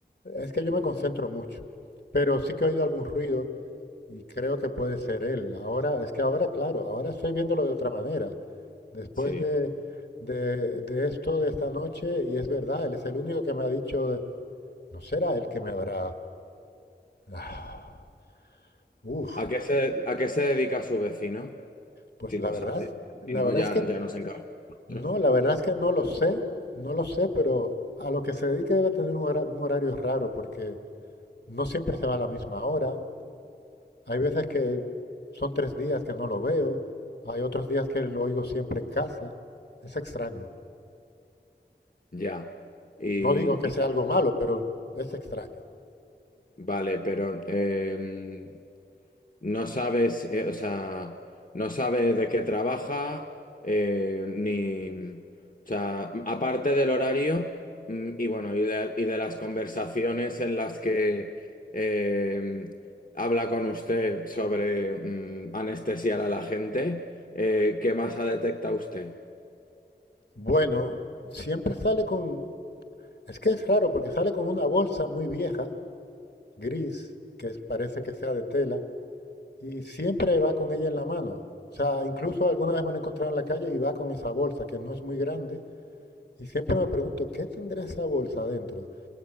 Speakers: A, on the left; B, on the left.
A: es que yo me concentro mucho, pero sí que he oído algún ruido. Y creo que puede ser él. Ahora, es que ahora, claro, ahora estoy viéndolo de otra manera. Después
B: Sí.
A: de, de, de esto, de esta noche, y es verdad, él es el único que me ha dicho, no será él que me habrá... Ah, uf,
B: ¿A qué se, a qué se dedica su vecino?
A: pues
B: Si lo
A: la verdad,
B: sabe.
A: es-
B: Si
A: la
B: no,
A: verdad
B: ya,
A: es que
B: ya nos encargamos
A: no,
B: nosotros.
A: la verdad es que no lo sé, no lo sé, pero a lo que se dedique debe tener un hora- un horario raro, porque no siempre se va a la misma hora, Hay veces que son tres días que no lo veo, hay otros días que lo oigo siempre en casa. Es extraño.
B: Ya. Y,
A: No digo que
B: y-
A: sea algo malo, pero es extraño.
B: vale, pero em, No sabes, eh, o sea, no sabe de qué trabaja, eh, ni, o sea, aparte del horario, mm, y bueno, y de, y de las conversaciones en las que eh, habla con usted sobre mm, anestesiar a la gente, eh, ¿qué más ha detectado usted?
A: Bueno, siempre sale con... Es que es raro porque sale con una bolsa muy vieja, gris, que es- parece que sea de tela, y siempre va con ella en la mano. O sea, incluso alguna vez me lo he encontrado en la calle y va con esa bolsa, que no es muy grande, y siempre me pregunto, ¿qué tendrá esa bolsa adentro?